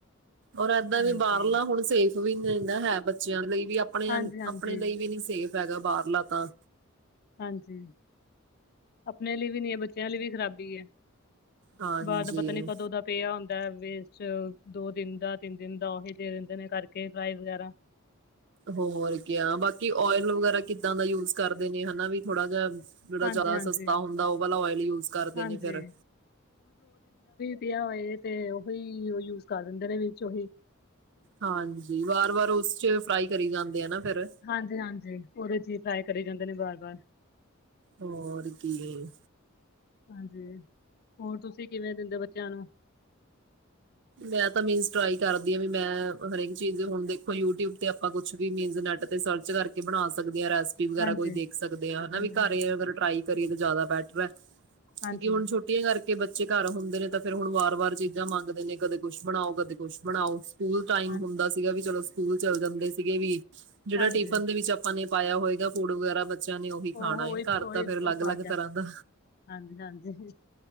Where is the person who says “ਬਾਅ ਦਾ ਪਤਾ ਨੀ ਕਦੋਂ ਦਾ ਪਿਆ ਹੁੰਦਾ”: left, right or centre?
Left